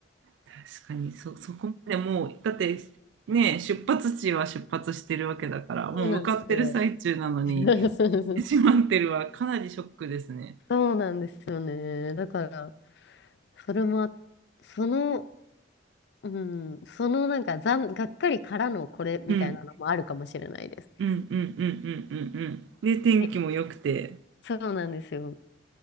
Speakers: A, on the right; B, on the left.
A: 確かにそ、そこまでもう、だってね、出発地は出発してるわけだから、
B: そうなんですよ。
A: もう向かってる最中なのに、
B: <laughs> そうそうそう
A: 閉まってるはかなりショックですね。
B: そうなんですよね。だから、それもあ、その、うん、そのなんかざん、がっかりからのこれみたいなのもあるかもしれないです。
A: うん、うん、うん、うん、うん、うん、うん。で、天気も良くて。
B: えそうなんですよ。